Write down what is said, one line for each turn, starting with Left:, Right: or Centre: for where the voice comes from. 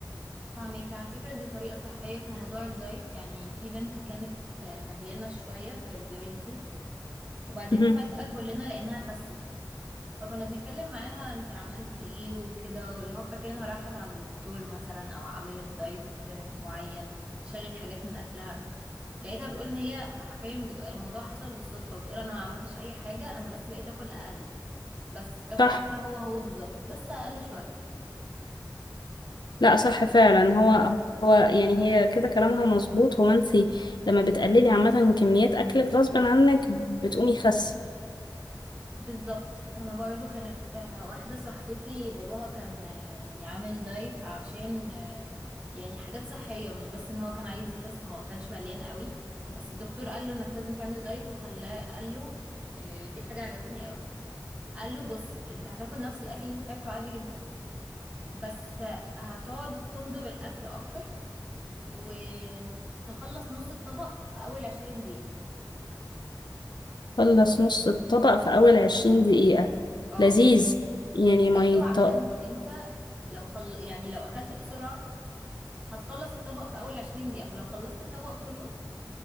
Right: فاهمك يعني على فكره دي طريقه صحيه في موضوع الدايت يعني في بنت كانت مليانه شويه كانت زميلتي وبعدين
Left: مهم.
Right: فجاه كلنا لقيناها خست فكنا بنتكلم معاها انتي عملتي ايه وكده واللي هو فاكرينها راحت عند دكتور مثلا او عملت دايت معين شالت حاجات من اكلها لقيتها بتقول ان هي حرفيا بتقول الموضوع حصل بالصدفة بتقول انا ما عملتش اي حاجة انا بس بقيت اكل اقل بس تاكل
Left: صح
Right: اكلها هو هو بالظبط بس اقل شوية
Left: لا صح فعلا هو هو يعني هي كده كلامها مظبوط هو انت لما بتقللي عامة كميات اكلك غصب عنك بتقومي خس
Right: بالظبط انا برضو كانت آه، واحده صاحبتي باباها كان آه، يعني عامل دايت عشان آم، يعني حاجات صحيه مش بس ان هو كان عايز يخس هو ما كانش مليان قوي بس الدكتور قال له انك لازم تعمل دايت وخلاه قال له آه، دي حاجه عجبتني قوي قال له بص انت هتاكل نفس الاكل اللي انت بتاكله عادي جدا بس آه، هتقعد تمضغ الاكل اكتر وتخلص نص الطبق في اول 20 دقيقه
Left: خلص نص الطبق في اول عشرين دقيقة
Right: اه
Left: لذيذ يعني ما
Right: قال
Left: يط...
Right: له عشان انت لو خل... يعني لو اكلت بسرعه هتخلص الطبق في اول 20 دقيقة فلو خلصت الطبق كله